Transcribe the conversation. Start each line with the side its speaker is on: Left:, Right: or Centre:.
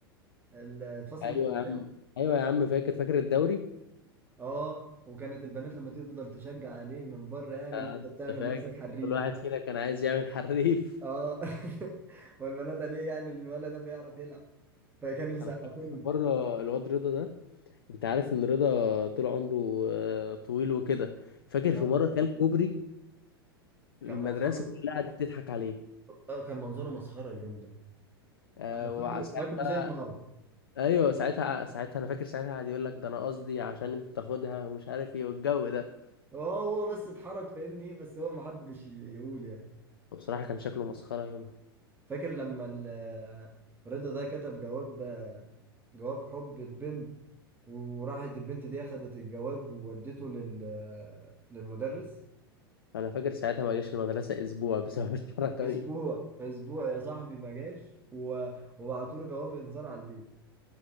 Right: ال- الفصل
Left: ايوه
Right: اللي جنبنا
Left: يا عم ايوه يا عم فاكر فاكر الدوري
Right: اه وكانت البنات لما تفضل تشجع عليه من بره يعني
Left: آه،
Right: وانت
Left: انت
Right: بتعمل
Left: فاكر
Right: نفسك حريف
Left: كل واحد فينا كان عايز يعمل حريف
Right: اه <laughs> والبنات ليه يعني الولد ده بيعرف يلعب فكانوا
Left: <laughs>
Right: يسقفوا
Left: انا فاكر
Right: لنا
Left: مره الواد رضا ده انت عارف ان رضا طول عمره آه، طويل وكده فاكر
Right: اه
Left: في مره كان كوبري المدرسه
Right: كان منظره
Left: كلها قعدت تضحك عليه
Right: آه، كان منظره مسخره اليوم ده
Left: آه،
Right: انا فاكره
Left: وساعتها
Right: فاكره زي النهارده
Left: ايوه ساعتها ساعتها انا فاكر ساعتها قعد يقول لك ده انا قصدي عشان انت تاخدها ومش عارف ايه والجو ده
Right: هو هو بس اتحرك فاهمني بس هو ما حبش يقول يعني
Left: وبصراحه كان شكله مسخره يومها
Right: فاكر لما ال- رضا ده كتب جواب جواب حب البنت وراحت البنت دي اخدت الجواب وودته لل للمدرس
Left: انا فاكر ساعتها ما جاش المدرسه اسبوع بسبب <laughs> الحركه
Right: اسبوع
Left: دي
Right: اسبوع يا صاحبي ما جاش و- وبعتوا له جواب انذار على البيت